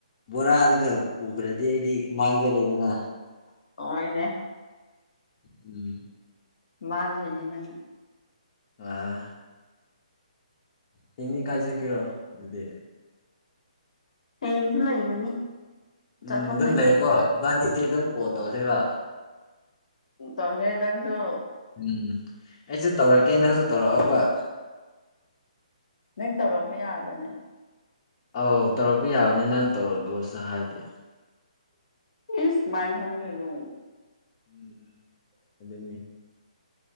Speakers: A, on the left; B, on the left.
A: ꯕꯣꯔꯥꯗꯒ ꯄꯨꯈ꯭ꯔꯗꯤ ꯑꯩꯗꯤ ꯃꯥꯡꯖꯔꯦꯗꯅ꯫
B: ꯑꯣꯏꯅꯦ
A: ꯎꯝ
B: ꯃꯥꯟꯗꯣꯏꯅꯤ ꯅꯪꯉ
A: ꯑꯥ ꯍꯌꯦꯡꯗꯤ ꯀꯥꯏ ꯆꯠꯀꯦꯔꯣ ꯗꯨꯗꯤ꯫
B: ꯍꯌꯦꯡꯁꯨ ꯂꯩꯒꯅꯤ꯫
A: ꯎꯝ
B: ꯆꯠꯐꯝ
A: ꯑꯗꯨꯝ
B: ꯂꯩꯇꯦ
A: ꯂꯩꯌꯨꯀꯣ ꯏꯕꯥꯅꯤꯗꯤ ꯑꯗꯨꯝ ꯀꯣꯜ ꯇꯧꯁꯤꯕꯥ꯫
B: ꯎ ꯇꯧꯁꯦ ꯅꯪꯁꯨ꯫
A: ꯎꯝ ꯑꯩꯁꯨ ꯇꯧꯔꯛꯀꯦ ꯅꯪꯁꯨ ꯇꯧꯔꯛꯑꯣꯕꯥ ꯫
B: ꯅꯪ ꯇꯧꯔꯛꯄ ꯌꯥꯕꯔ꯭ꯅꯦ
A: ꯑꯧ ꯇꯧꯔꯛꯄ ꯌꯥꯕꯅꯤ ꯅꯪ ꯇꯧꯔꯛꯂꯣꯁꯨ ꯍꯥꯏꯗꯦ꯫
B: ꯏꯁ ꯃꯥꯏꯟ ꯈꯪꯗꯣꯏꯅꯣ꯫
A: ꯎꯝ ꯑꯗꯨꯅꯤ